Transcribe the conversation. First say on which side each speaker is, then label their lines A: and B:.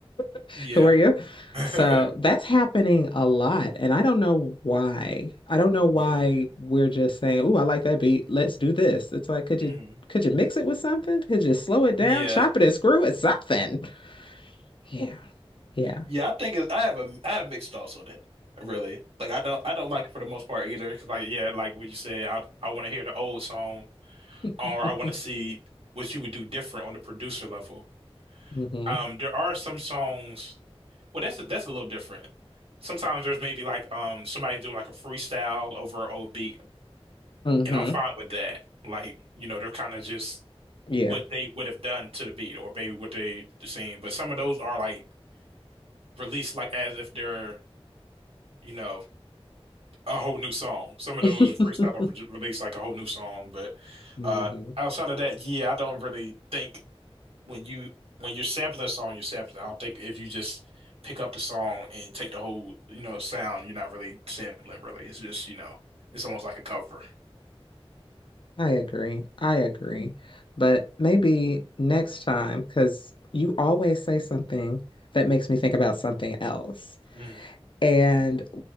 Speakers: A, on the left (about 55°); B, on the right (about 70°).
A: <laughs>
B: Yeah.
A: Who are you?
B: <laughs>
A: So that's happening a lot. And I don't know why. I don't know why
B: Yeah.
A: we're just saying, oh, I like that beat. Let's do this. It's like, could
B: hmm
A: you could you mix it with something? Could you slow it
B: Yeah.
A: down, chop it and screw it, something? Yeah. Yeah.
B: Yeah, I think it, I have a I have mixed thoughts on it, really. Like I don't I don't like it for the most part either. 'Cause like yeah, like what you said, I I want to hear the old song. or
A: <laughs>
B: I want to see what you would do different on the producer level.
A: hmm
B: Um, there are some songs. Well, that's that's a little different. Sometimes there's maybe like um somebody doing like a freestyle over an old beat,
A: hmm
B: and I'm fine with that. Like, you know, they're kind of just
A: Yeah.
B: what they would have done to the beat or maybe what they seen. But some of those are like released like as if they're, you know, a whole new song. Some of
A: <laughs>
B: those freestyles are re released like a whole new song, but
A: hmm
B: uh outside of that, yeah, I don't really think when you when you're sampling a song, you're sampling. I don't think if you just pick up the song and take the whole, you know, sound, you're not really sampling really. It's just, you know, it's almost like a cover.
A: I agree. I agree. But maybe next time, because you always say something that makes me think about something else.
B: Mm.
A: And